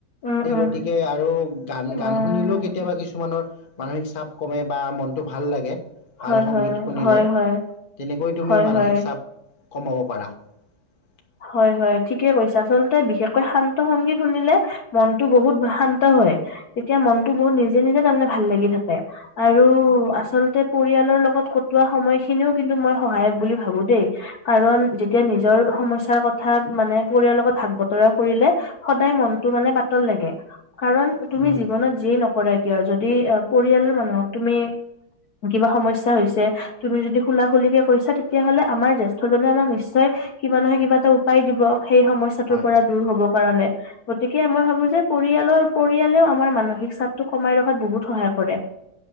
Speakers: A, on the left; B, on the left.
A: উম,
B: সেই
A: উম,
B: গতিকে আৰু গান-গান
A: অ',
B: শুনিলেওঁ কেতিয়াবা কিছুমানৰ মানসিক চাপ কমে বা মনটো ভাল লাগে। ভাল
A: হয়,
B: সংগীত
A: হয়,
B: শুনিলে,
A: হয়, হয়,
B: তেনেকৈ তুমি
A: হয়,
B: মানসিক
A: হয়।
B: চাপ কমাব <unintelligible>
A: হয় হয়, ঠিকে কৈছে আচলতে বিশেষকৈ শান্ত সংগীত শুনিলে মনটো বহুত শান্ত হয়। তেতিয়া মনটো বহুত নিজে নিজে তাৰমানে ভাল লাগি থাকে। আৰু আচলতে পৰিয়ালৰ লগত কটোৱা সময় খিনিও কিন্তু মই সহায়ক বুলি ভাবো দেই। কাৰণ যেতিয়া নিজৰ সমস্যা <unintelligible> কথা মানে পৰিয়ালৰ লগত ভাগ বতৰা কৰিলে, সদায় মনটো মানে পাতল লাগে। কাৰণ
B: উম
A: তুমি জীৱনত যিয়েই নকৰা কিয় যদি, অ', পৰিয়ালৰ মানুহক তুমি কিবা সমস্যা হৈছে, তুমি যদি খুলা খুলিকে কৈছা তেতিয়াহলে আমাৰ জ্যেষ্ঠজনে আমাক নিশ্চয় কিবা নহয় কিবা <unintelligible> উপায় দিব। সেই সমস্যাটোৰ
B: হয়
A: পৰা দূৰ হ'ব কাৰণে, গতিকে মই ভাবো যে পৰিয়ালৰ, পৰিয়ালেও আমাৰ মানসিক চাপটো কমাই ৰখাত বহুত সহায় কৰে।